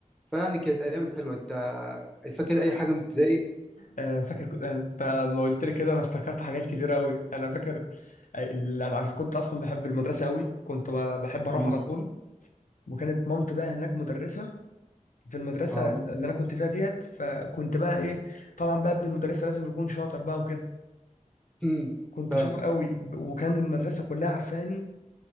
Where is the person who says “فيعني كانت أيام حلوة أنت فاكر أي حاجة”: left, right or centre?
Centre